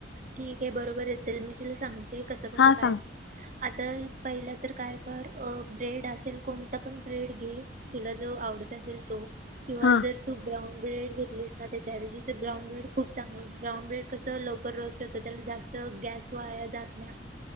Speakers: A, on the right (about 40°); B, on the left (about 65°).
A: ठीक आहे, बरोबर आहे, चल मी तुला सांगते कसं-कसं
B: हा
A: काय
B: सांग
A: आता पहिला तर काय कर अ ब्रेड असेल कोणत पण ब्रेड घे, तुला जो आवडत असेल तो किंवा
B: हा
A: जर तू ब्राऊन ब्रेड घेतलीस ना त्याच्याऐवजी तर ब्राऊन ब्रेड खूप चांगलं ब्राउन ब्रेड कसं लवकर रोस् तसं त्याला जास्त गॅस वाया जात ना